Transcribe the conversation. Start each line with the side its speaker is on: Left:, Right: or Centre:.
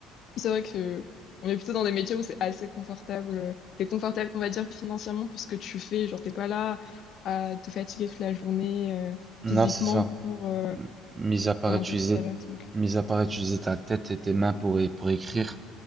Left: C'est vrai que on est plutôt dans des métiers où c'est assez confortable. T'es confortable, on va dire, financièrement pour ce que tu fais. Genre, t'es pas là à te fatiguer toute la journée euh,
Right: Non,
Left: physiquement
Right: c'est ça.
Left: pour euh,
Right: Mis à part
Left: pour un
Right: utiliser,
Left: petit salaire, donc.
Right: mis à part utiliser ta tête et tes mains pour, pour écrire,